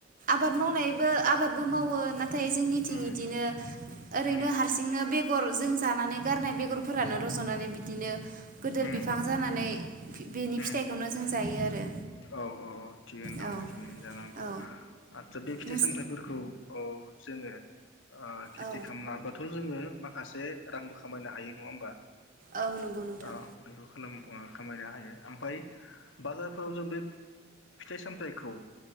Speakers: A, on the right; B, on the left.
A: आबाद मावनायबो आबादबो मावो नाथाय जोंनिथिं
B: उम
A: इदिनो ओरैनो
B: उम
A: हारसिंनो बे बेगर जों जानानै गारनाय बेगरफोरानो रज'नानै बिदिनो गोदिर
B: उम
A: बिफां जानानै बेनि
B: उम
A: फिथाइखौनो जों जायो आरो
B: औ औ औ थिगैनो दं
A: औ
B: दे बिदि जानांगौ
A: औ
B: आदसा बे फिथाइ
A: नोंस
B: सामथाइफोरखौ औ जोङो ओ खेथि
A: औ
B: खालामनाबोथ' जोङो माखासे रांबो खामायनो हायो नङा होमबा
A: औ नंगौ नोंथां
B: औ बेखौ खामायनो हायो ओमफ्राय बाजारफोराव जों बे फिथाइ सामथाइखौ